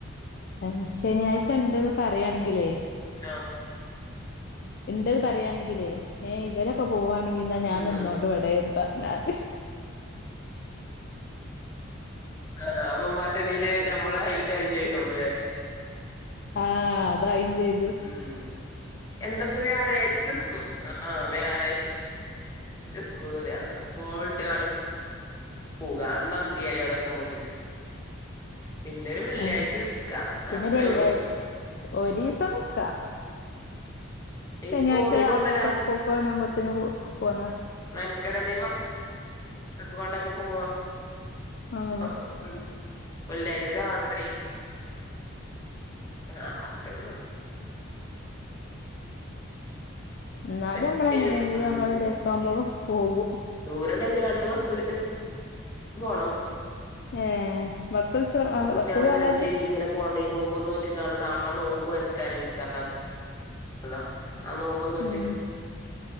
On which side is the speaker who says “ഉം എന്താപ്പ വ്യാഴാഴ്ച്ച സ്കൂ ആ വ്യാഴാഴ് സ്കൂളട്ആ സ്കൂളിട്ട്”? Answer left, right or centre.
Left